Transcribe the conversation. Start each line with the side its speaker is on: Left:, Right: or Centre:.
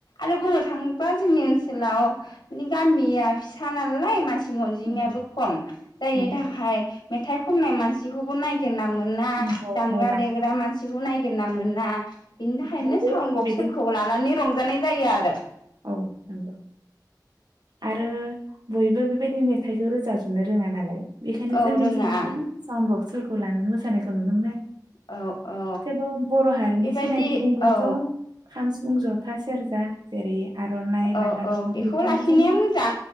Left: आरो बुंनो थां बा जोंनि ओनसोलाव माने गामिया फिसा नालाय मानसि नि अनजिमायाबो
Right: नंगौ नंगौ
Left: खम जायनि
Right: नंगौ
Left: थाखाय मेथाइ खननाय मानसिखौबो नायगिरना मोन ना
Right: नंगौ
Left: दामग्रा
Right: मोना
Left: देग्रा मानसिखौ नाय गिरना मोना बिनि थाखायनो
Right: बयबो
Left: साउन्द
Right: रोङा
Left: बक्सफोरखौ
Right: बिदिनो
Left: लानानै रं जानाय जायो आरो
Right: औ नंगौ आरो बयबो बेबायदि मेथाइखौ रोजाबजोबनो रोङा नालाय बेखायनो
Left: औ
Right: जोंनि
Left: रोङा
Right: ओनसोलाव बेदि सानउ बक्स फोरखौ लानानै मोसानायखौ नुनो मोनो
Left: औ औ
Right: थेवबो बर' हारिनि
Left: बेबायदि
Right: सिनायथि बुंब्लाथ'
Left: औ
Right: खाम सिफुं ज था सेरजा जेरै आर'नाइ
Left: औ
Right: लांगा
Left: औ
Right: दख'ना
Left: बेखौ
Right: बेखौनो
Left: लाखिनाया
Right: जों
Left: मोजां